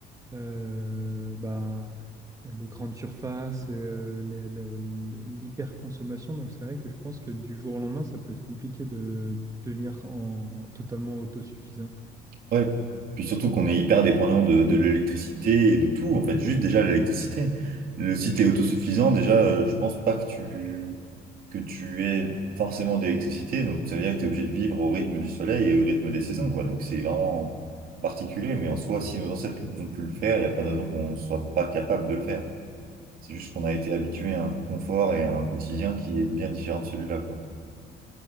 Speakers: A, on the right (about 20°); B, on the right (about 60°).
A: euh, bah, les grandes surfaces, euh, les- le- l'hyperconsommation. Donc c'est vrai que je pense que du jour au lendemain, ça peut être compliqué de devenir en, totalement autosuffisant.
B: Ouais. Puis surtout qu'on est hyper dépendant de, de l'électricité et de tout, en fait, juste déjà l'électricité. Le si t'es autosuffisant, déjà, euh, je pense pas que tu que tu aies forcément d'électricité, donc ça veut dire que t'es obligé de vivre au rythme du soleil et au rythme des saisons, quoi. Donc c'est vraiment particulier, mais en soi, si nos ancêtres ont pu le faire, il n'y a pas de raison qu'on soit pas capable de le faire. C'est juste qu'on a été habitué à un confort et à un quotidien qui est bien différent de celui-là, quoi.